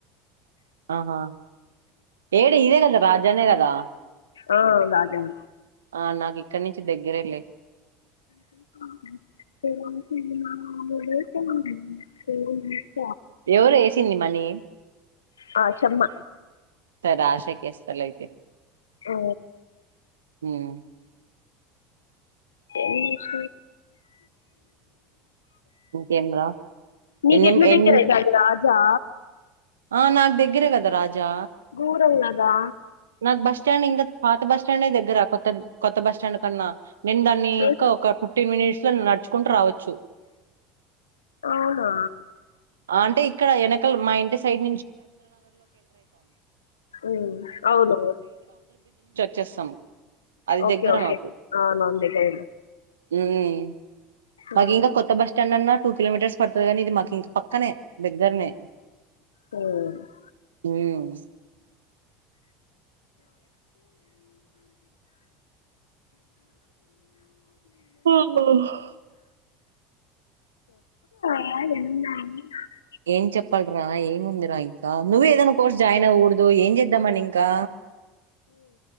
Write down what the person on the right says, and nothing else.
ఆహా ఏడు ఇదే కదా రాజానే కదా
ఆ నాకు ఇక్కడ నుంచి దెగ్గిరే లే
ఎవరు ఏసింది మనీ
సరె ఆశాకేస్తాలే అయితే
ఉమ్
ఇంకేం రా
ఎన్ని
ఎన్ని
ఆ నాకు దగ్ దగ్గరే కదా రాజా
నాకు బస్ స్టాండ్ ఇంకా పాత బస్ స్టాండే దగ్గరా కొత్త కొత్త బస్ స్టాండ్ కన్నా నేను దాన్ని
ఇంకా ఒక ఫిఫ్టీన్ మినిట్స్ లో నడుచుకుంటూ రావచ్చు
ఆ, అంటే ఇక్కడ ఎన <unintelligible> మా ఇంటి సైడ్
చ్చేసం అది
దగ్గర
మాకు
ఉమ్ మాకింకా
కొత్త బస్ స్టాండ్ అన్నా టు కిలోమీటర్స్ పడతది కానీ ఇది మాకీ పక్కనే దగ్గరనే
ఉమ్ <unintelligible>
ఏం చెప్పాలరా ఏముందిరా ఇంకా నువ్వే ఏదైనా కోర్స్ జాయిన్ అవకూడదు ఏం చేద్దామని ఇంకా